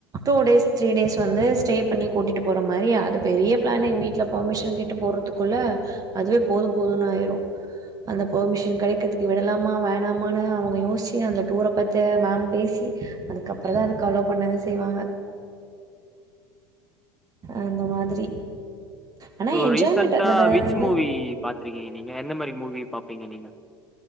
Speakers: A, on the right; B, in the centre.
A: two days three days வந்து ஸ்டே பண்ணி கூட்டிட்டு போற மாரி அது பெரிய பிளானே வீட்டில பர்மிஷன் கேட்டு போடுறதுக்குள்ளே அதுவே போதும் போதும்ன்னு ஆயிரும் அந்த பர்மிஷன் கிடைக்கிறதுக்கு விடலாமா வேணாமான்னு அவங்க யோசிச்சு அந்த டூரை பத்தி மேம் பேசி அதுக்கப்புற தா அதுக்கு அலோ பண்ணவே செய்வாங்க அந்த மாதிரி ஆனா
B: சோ
A: என்ஜாய்மெண்ட்
B: ரீசென்டா
A: பட்
B: விச் மூவி பாத்திரிக்கீங்க நீங்க எந்த மாரி மூவி பாப்பீங்க நீங்க